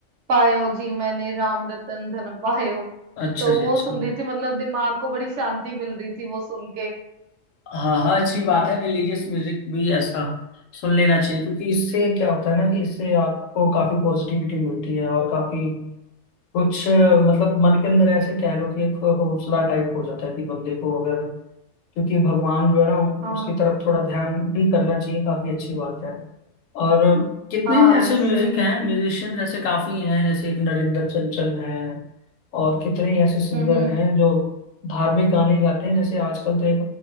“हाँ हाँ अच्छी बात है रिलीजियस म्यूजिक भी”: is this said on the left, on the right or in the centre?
Left